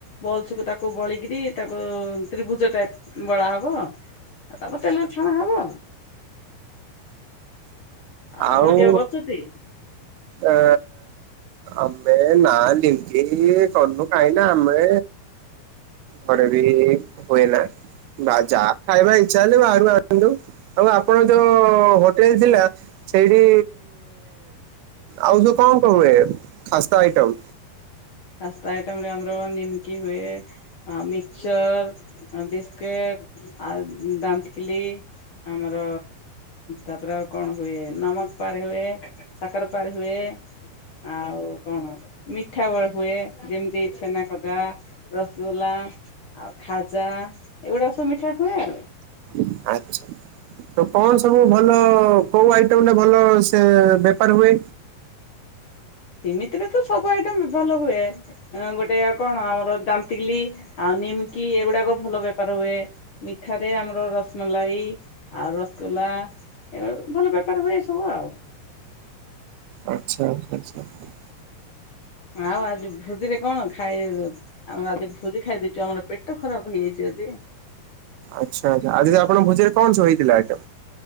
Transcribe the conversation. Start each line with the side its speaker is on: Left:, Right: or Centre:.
Left: ବଲସକୁୁ ତାକୁ ବଳିକିରି ତାକୁ ତ୍ରିଭୁଜ ଟାଇପ ବଳା ହବ ଉ ତାପରେ ତେଲ ଛଣା ହବ ଆପଣ
Right: ଆଉ
Left: କେବେ କରୁଛନ୍ତି
Right: ଅ ଆମେ ନା ଲିଙ୍ଗି କନୁ କାହିଁ ନା ଆମେ ଘରେ ବି ହୁଏ ନା ବା ଯାହା ଖାଇବା ଇଚଛା ହେଲେ ବାହାରୁ ଆସନ୍ତୁ ଆଉ ଆପଣ ଯୋଉ ଏଇ ଥିଲା ସେଇଠି ଆଉ ଯୋ କ-କ ହୁଏ? ଖାସ୍ତା ଆଇଟମ୍
Left: କାସ୍ତା ଆଇଟାମ୍ ରେ ଆମର ନିମକି ହୁଏ, ଆ ମିକଚର ବିସ୍କୁିଟ ଆ ଦାନ୍ତକିଲି ଆମର ତାପରେ ଆଉ କଣ ହୁଏ ନମକ ପାର ହୁଏ ସାକାର ପାର ହୁଏ ଆଉ କଣ ମିଠା ହୁଏ ହୁଏ ଯେମିତି ଛେନା ଖଜା ରସଗୋ୍ଲା ଆଉ ଖାଜା ଏଇଗୁଡା ସବୁ ମିଠା ହୁଏ ଆଉ
Right: ଆଣପ ସାର୍ <inaudible> ତ କଣ ସବୁ ଭଲ କୋଉ ଆଇଟମରେ ଭଲ ସେ ବେପାର ହୁଏ?
Left: ସେମିତିରେ ତ ସବୁ ଆଇଟମ ଭଲ ହୁଏ। ଗୋଟେ କଣ ଆମର ଦାନ୍ତକିଲି ଆଉ ନିମିକି ଏଗୁଡାକ ଭଲ ବେପାର ହୁଏ। ମିଠାରେ ଆମର ରସମଲାଇ ଆଉ ରସଗୋଲା। <unintelligible> ଭଲ ବେପାର ହୁଏ ସବୁ ଆଉ।
Right: ଆଛା -ଆଛା -ଆଛା।
Left: ଆଉ ଆଜି ଭୋଜିରେ କଣ ଖାଇ ଆମର ଆଜି ଭୋଜି ଖାଇ ଦେଇଛୁ ଆମର ପେଟ ଖରାପ ହେଇଯାଇଛି ଆଜି।
Right: ଆଛା ଆଛା ଆଜିଜ ଆପଣଙ୍କ ଭୋଜିରେ କଣ ସବୁ ହେଇଥିଲା ଆଇଟମ?